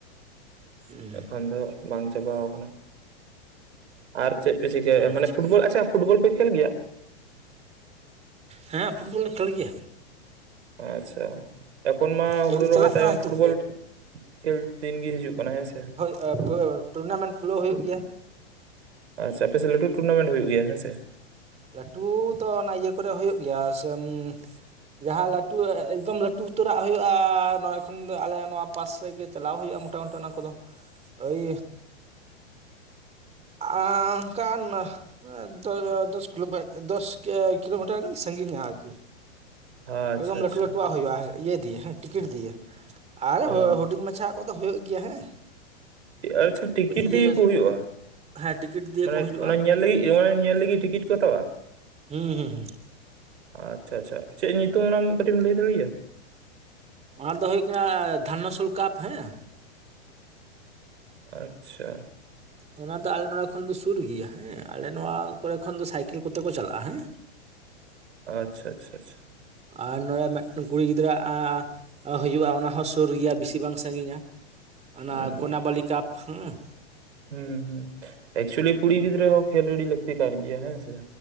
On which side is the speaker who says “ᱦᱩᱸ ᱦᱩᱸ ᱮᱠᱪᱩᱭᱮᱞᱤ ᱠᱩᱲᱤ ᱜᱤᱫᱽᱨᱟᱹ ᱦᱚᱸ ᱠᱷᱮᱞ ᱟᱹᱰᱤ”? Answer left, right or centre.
Right